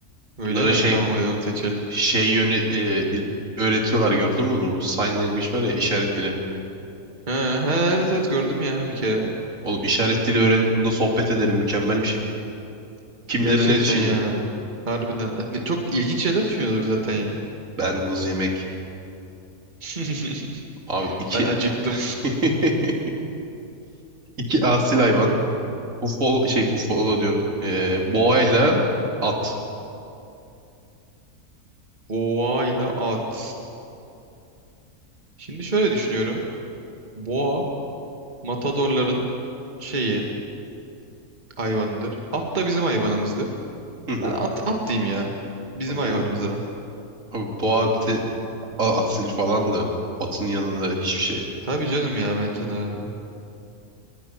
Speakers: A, on the right; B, on the right.
A: Öyle
B: Bunlara
A: mi?
B: şey
A: Tamam hadi onu seçelim.
B: şey yönü e, il- öğretiyorlar gördün mü bunu? Bu sign language var ya işaret dili.
A: He, he, evet evet gördüm ya bir kere.
B: Oğlum işaret dili öğrenip bunda sohbet ederim mükemmel bir şey. Kim
A: Gerçekten
B: bilir ne düşünüyor?
A: ya. Harbiden. A- ne- Çok ilginç şeyler düşünüyordur zaten ya.
B: Ben muz yemek.
A: <laughs>
B: Abi iki
A: Ben acıktım.
B: <laughs> İki asil hayvan. Bufalo şey bufalo diyorum. Ee, boğayla at.
A: Boğayla at. Şimdi şöyle düşünüyorum. Boğa matadorların şeyi hayvanıdır. At da bizim hayvanımızdır.
B: Hı hı.
A: Ben at, at diyeyim ya. Bizim
B: Aynen.
A: hayvanımızdır at.
B: Abi boğa bir de a- asil falandı. Atın yanında hiçbir şey.
A: Tabii canım ya bence de abi.